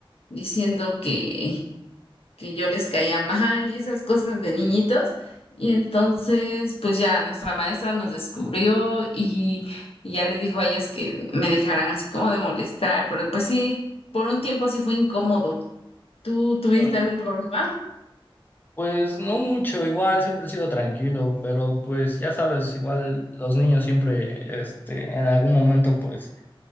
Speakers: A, on the left (about 85°); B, on the left (about 20°).
A: diciendo que que yo les caía mal y esas cosas de niñitos. Y entonces, pues ya nuestra maestra nos descubrió y, y ya les dijo a ellas que me dejaran así como de molestar, pero pues sí, por un tiempo sí fue incómodo. ¿Tú tuviste
B: Mm.
A: algún problema?
B: Pues no mucho, igual siempre he sido tranquilo, pero pues ya sabes, igual los niños siempre este en algún momento pues